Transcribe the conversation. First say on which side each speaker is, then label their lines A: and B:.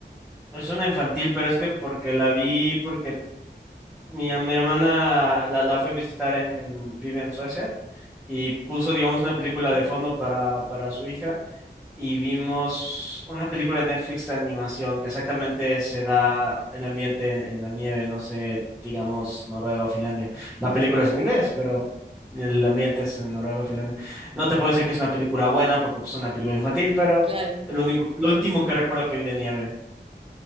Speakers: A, in the centre; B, on the right.
A: es una infantil, pero es que porque la vi, porque mi, mi hermana la, la fue a visitar en, en- vive en Suecia y puso, digamos, una película
B: Claro.
A: de fondo para, para su hija y vimos una película de Netflix de animación que exactamente se da el ambiente en, en la nieve, no sé, digamos, Noruega o Finlandia. La
B: Ujú,
A: película es en inglés, pero el ambiente es en Noruega o Finlandia. No te puedo decir que es una película buena porque pues, es una película infantil, pero
B: Claro.
A: el único, lo
B: Pero,
A: último que recuerdo que vi de nieve.